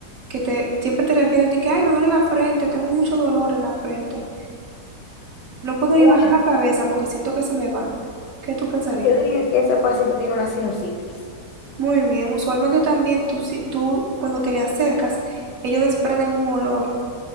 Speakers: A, on the right; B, on the left.
A: que te siempre te refieren de que, ay, me duele la frente, tengo mucho dolor en la frente, no puedo
B: Bueno,
A: ni bajar la cabeza porque siento que se me va. ¿Qué tú pensarías?
B: yo diría que ese paciente tiene una sinusitis.
A: Muy bien, usualmente también tú, si- tú cuando te le acercas, ellos desprenden un olor